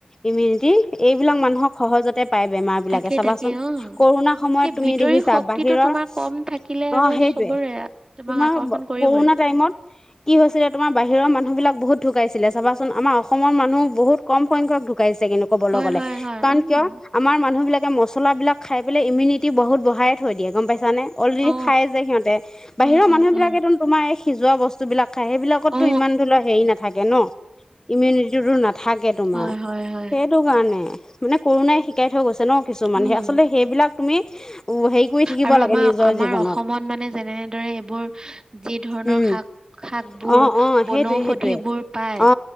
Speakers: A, on the left; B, on the right.
A: ইমিউনিটি এইবিলাক মানুহক সহজতে পায় বেমাৰ বিলাকে
B: তাকে
A: চাবাচোন
B: তাকে অ
A: কৰোণাৰ সময়ত
B: সেই
A: তুমি
B: ভিতৰি
A: দেখিছা
B: শক্তিটো
A: বাহিৰৰ
B: তোমাৰ কম থাকিলে
A: অ',
B: আৰু
A: সেইটোৱে
B: চবৰে তোমাক
A: তোমাৰ
B: আকৰ্ষণ কৰিবই।
A: কৰোণা টাইমত কি হৈছিলে তোমাৰ বাহিৰৰ মানুহ বিলাক বহুত- ঢুকাইছিলে চাবাচোন আমাৰ অসমৰ মানুহ বহুত কম সংখ্যক ঢু ঢুকাইছে কিন্তু কবলৈ
B: হয়
A: গ'লে
B: হয় হয়
A: কাৰণ
B: উম
A: কিয় আমাৰ মানুহ বিলাক তে মছলাবিলাক খাই পেলাই ইমিউনিটি বহুত বঢ়ায় থৈ দিয়ে গম পাইছানে? অলৰেডি
B: অ
A: খাই যে সিহঁতে বাহিৰৰ
B: উম
A: মানুহ
B: উম উম
A: বিলাকে তোমাৰ এই সিজোৱা বস্তু বিলাক খায় সেই বিলাকততো
B: অ
A: ইমানটো ল হেৰি নাথাকে ন', ইমিউনিটি টোটো নাথাকে তোমাৰ
B: হয় হয় হয়
A: সেইটো কাৰণে মানে কৰোণাই শিকাই থৈ গৈছে ন' কিছুমান
B: উম
A: আচলতে সেইবিলাক তুমি উম, হেৰি কৰি থাকিব
B: আৰু
A: লাগে
B: আমাৰ
A: নিজৰ
B: আমাৰ
A: জীৱনত।
B: অসমত মানে যেনেদৰে এইবোৰ যি ধৰণৰ
A: উম
B: শাক- শাক বোৰ
A: অ অ সেইটোৱে
B: বনৌষধি
A: সেইটোৱে
B: বোৰ পায়
A: অ